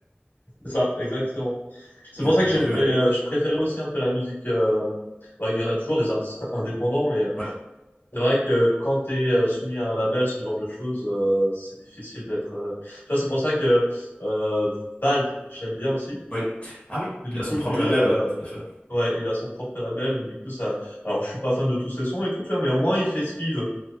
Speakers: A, on the left; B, on the left.
A: C'est ça, exactement. C'est
B: <laughs> et
A: pour
B: un
A: ça
B: peu
A: que
B: les
A: j'aimais,
B: deux.
A: euh, je préférais aussi un peu la musique. euh, bah, il y en a toujours des artistes indépendants, mais euh,
B: Ouais.
A: C'est vrai que quand tu es soumis à un label, ce genre de choses, euh, c'est difficile d'être. euh, Tu vois, c'est pour ça que euh, Vald, je l'aime bien aussi.
B: Oui. Ah oui,
A: Que du
B: il a
A: coup,
B: son propre
A: lui,
B: label,
A: euh,
B: ouais, tout à fait.
A: ouais, il a son propre label. Donc, du coup, ça. Alors, je suis pas fan de tous ses sons et tout, tu vois, mais au moins, il fait ce qu'il veut.